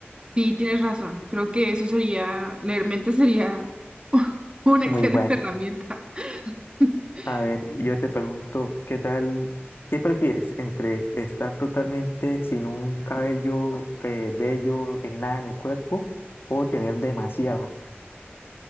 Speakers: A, on the right; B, on the left.
A: Sí, tienes razón, creo que eso sería, leer mente sería <laughs> una excelente
B: Muy bueno.
A: herramienta. <laughs>
B: A ver, yo te pregunto, ¿qué tal? ¿Qué prefieres entre estar totalmente sin un cabello eh, bello en nada en el cuerpo o tener demasiado?